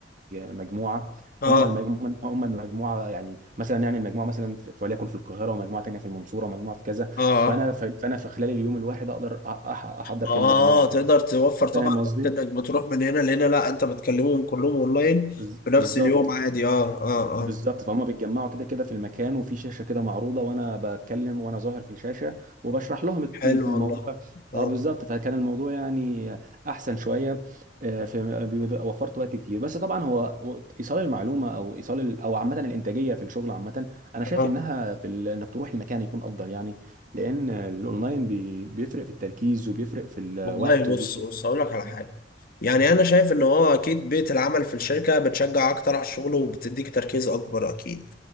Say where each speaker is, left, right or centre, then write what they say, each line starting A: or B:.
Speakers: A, on the right; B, on the left.
A: مجموعة
B: اه
A: هم المجموعة هم المجموعة يعني مثلا نعمل مجموعة مثلا في في وليكن في القاهرة ومجموعة تانية في المنصورة ومجموعة في كذا
B: اه
A: فانا ف- فانا في خلال اليوم الواحد اقدر أ- أح- احضر
B: اه
A: كام مجموعه
B: تقدر توفر
A: انت
B: طبعا
A: فاهم قصدي
B: وقت انك بتروح من هنا لهنا لا انت بتكلمهم كلهم اونلاين
A: بز-
B: بنفس
A: بالظبط
B: اليوم عادي اه اه
A: بالظبط
B: اه
A: فهم بيتجمعوا كده كده في المكان وفي شاشه كده معروضه وانا بتكلم وانا ظاهر في الشاشه وبشرح لهم الت-
B: حلو
A: الموضوع
B: والله آه.
A: اه بالظبط فكان الموضوع يعني احسن شويه آه، في بيض- وفرت وقت كتير بس طبعا هو ايصال المعلومه او ايصال ال- او عامه الانتاجيه في الشغل عامه انا شايف
B: اه
A: انها في ال- انك تروح المكان يكون افضل يعني لان الاونلاين بي- بيفرق في التركيز وبيفرق في الوقت
B: والله بص
A: وبيفرق
B: بص هقول لك على حاجه يعني انا شايف ان هو اكيد بيئه العمل في الشركه بتشجع اكتر على الشغل وبتديك تركيز اكبر اكيد